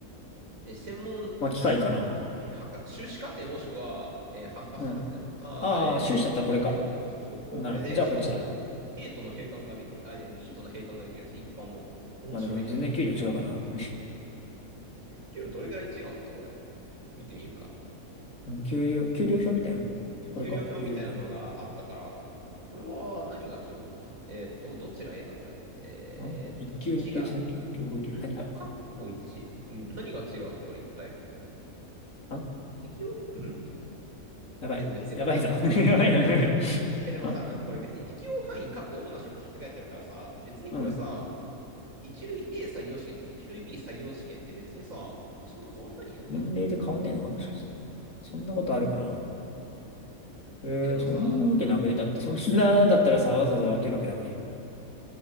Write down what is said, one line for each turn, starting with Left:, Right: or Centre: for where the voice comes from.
Right: えー専門、
Left: まあ、機械かな。
Right: すえー博修士課程もしくは、えー博士課程の、
Left: うん。
Right: ただ、
Left: ああ、
Right: えーす大学院、
Left: 収支だったらこれか。
Right: そうそう、こう、
Left: ほんなら、
Right: これで、
Left: じゃあこっちだな。
Right: しかも、A との閉館ができる、あ、じゃあ B との閉館ができるらしい、一般の。面白いね。
Left: まあでも全然給料違うからな。
Right: 給料どれぐらい違うんだ、これ。見てみるか。
Left: <laughs> 給料、給料表みたいなの。これか、
Right: 給料表みたいなのがあったから、
Left: 給料表。
Right: これは何が違うんだえーっと、どっちが A だ、これ。えーっと、
Left: あ ?1
Right: 1が
Left: 級、2級、3級、4級、5級。
Right: んかっこ
Left: 何が
Right: 1? ん何が違うのこれ一体。
Left: あ
Right: 適用、ん
Left: やばい。
Right: え、でも別にこれなんかさ、
Left: やばいぞ。<laughs> やばいな、
Right: <laughs>
Left: これ。
Right: え、でもさ、
Left: あ
Right: なんかこれ別に適用範囲、かっこ主な職種って書いてあるからさ、別にこれさ、
Left: うん。
Right: 一類 A 採用試験と一類 B 採用試験って別にさ、そんな変わんないのかな
Left: 年齢で変わんねえのか、もしかして。そんなことあるかな。えー、
Right: え、でもさ、
Left: そんなわけなくね。だって、そんなだったらさ、わざわざ分けるわけなくね。っ